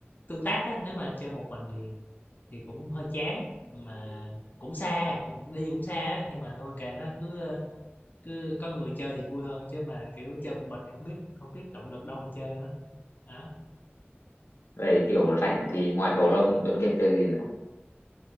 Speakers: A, on the left; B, on the left.
A: tương tác á, nếu mà chơi một mình thì thì cũng hơi chán, mà cũng xa, cũng đi cũng xa á, nhưng mà thôi kệ nó, cứ, ờ, Cứ có người chơi thì vui hơn chứ mà, kiểu, chơi một mình thì hổng biết không biết động lực đâu mà chơi nữa, á.
B: về kiểu rảnh thì ngoài cầu lông Tuấn Kiệt chơi gì nữa